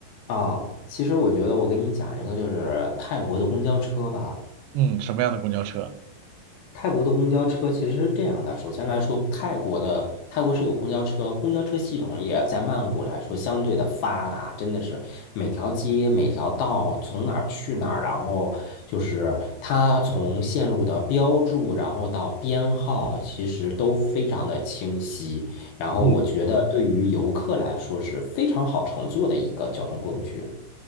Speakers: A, on the left (about 70°); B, on the right (about 85°).
A: 啊，其实我觉得我跟你讲一个，就是泰国的公交车吧。
B: 嗯，什么样的公交车？
A: 泰国的公交车其实是这样的，首先来说，泰国的泰国是有公交车，公交车系统也在曼谷来说相对的发达，真的是每条街每条道从哪儿去哪儿，然后就是它从线路的标注，然后到编号，其实都非常的清晰。然后我觉得对于游客来说是非常好乘坐的一个交通工具。
B: 嗯。